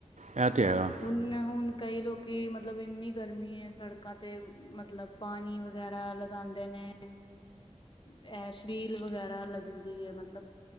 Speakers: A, on the right (about 75°); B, on the left (about 40°).
A: ਐ ਤੇ ਹੈਗਾ।
B: ਹੁਣ-ਹੁਣ ਕਈ ਲੋਕੀ ਮਤਲਬ ਇੰਨੀ ਗਰਮੀ ਏ ਸੜਕਾਂ ਤੇ ਮਤਲਬ ਪਾਨੀ ਵਗੈਰਾ ਲਗਾਂਦੇ ਨੇ। ਐ ਸ਼ਬੀਲ ਵਗੈਰਾ ਲੱਗਦੀ ਏ ਮਤਲਬ।